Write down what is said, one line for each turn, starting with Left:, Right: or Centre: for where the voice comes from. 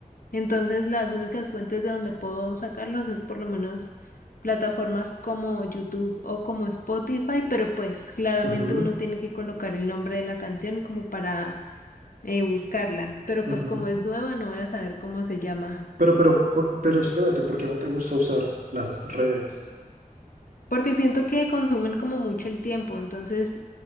Left: Entonces las únicas fuentes de donde puedo sacarlos es por lo menos plataformas como YouTube o como Spotify, pero pues claramente
Right: ujú,
Left: uno tiene que colocar el nombre de la canción como para eh, buscarla, pero
Right: ujú.
Left: pues como es nueva no voy a saber cómo se llama,
Right: Pero, pero, po- pero espérate, ¿por qué no te gusta usar las redes?
Left: porque siento que consumen como mucho el tiempo, entonces